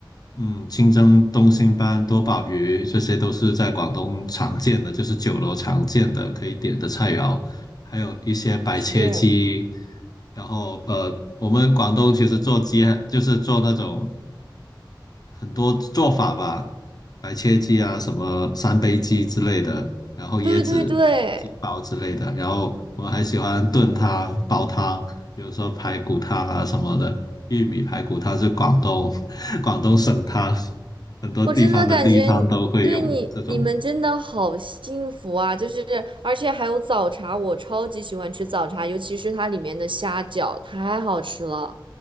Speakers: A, on the left; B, on the right.
A: 嗯，清蒸东星斑、多宝鱼，这些都是在广东常见的，就是酒楼常见的可以点的菜肴，还有一些白切鸡。
B: 是，
A: 然后呃，我们广东其实做鸡还就是做那种很多做法吧，白切鸡啊，什么三杯鸡之类的，然后椰子鸡煲之类的，
B: 对对对。
A: 然后我们还喜欢炖汤、煲汤，比如说排骨汤啊什么的。玉米排骨汤是广东 <laughs> 广东省汤，很多地方的例汤都会用这种。
B: 我真的感觉对你你们真的好幸福啊！就是而且还有早茶，我超级喜欢吃早茶，尤其是它里面的虾饺，太好吃了。